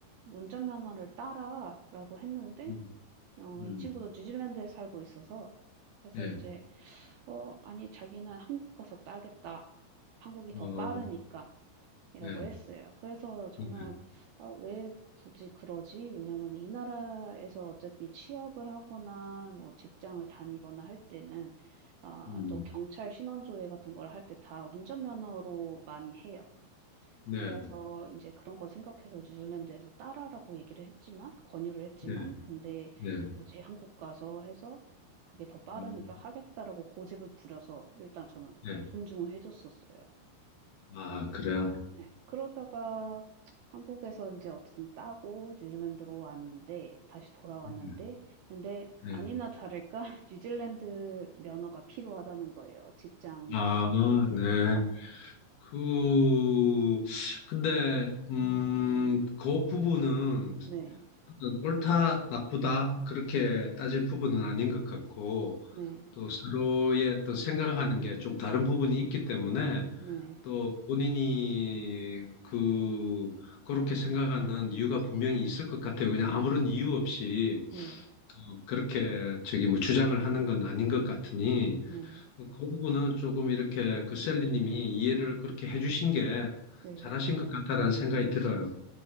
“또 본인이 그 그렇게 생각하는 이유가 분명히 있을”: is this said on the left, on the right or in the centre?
Left